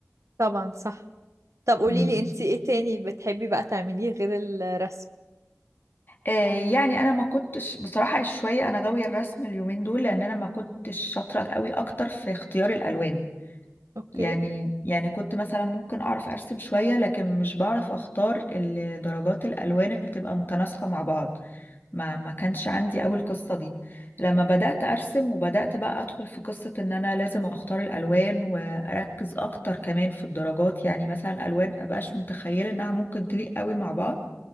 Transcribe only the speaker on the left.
امم
آه يعني انا ما كنتش بصراحة شوية انا غاوية الرسم اليومين دول لان انا ما كنتش شاطرة قوي اكتر في اختيار الالوان
يعني يعني كنت مثلا ممكن اعرف ارسم شوية لكن مش بعرف اختار ال- درجات الالوان اللي تبقى متناسقة مع بعض ما ما كانش عندي أوي القصة دي لما بدأت أرسم وبدأت بقى أدخل في قصة إن أنا لازم أختار الألوان وأركز أكتر كمان في الدرجات يعني مثلا ألوان مبقاش متخيلة إنها ممكن تليق أوي مع بعض